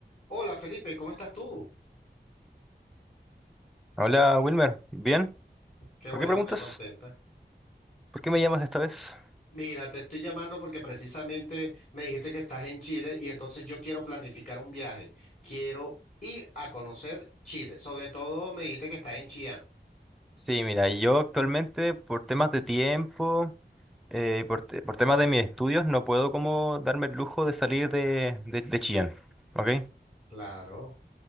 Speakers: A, on the left; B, in the centre.
A: Hola Felipe, ¿cómo estás tú?
B: Hola Wilmer, ¿bien?
A: Qué bueno,
B: ¿Por qué preguntas?
A: me contenta.
B: ¿Por qué me llamas esta vez?
A: Mira, te estoy llamando porque precisamente me dijiste que estás en Chile y entonces yo quiero planificar un viaje. Quiero ir a conocer Chile. Sobre todo me dijiste que estás en Chillán.
B: Sí, mira, yo actualmente por temas de tiempo, eh, por, te- por temas de mis estudios, no puedo como darme el lujo de salir de, de, de Chillán, ¿ok?
A: Claro.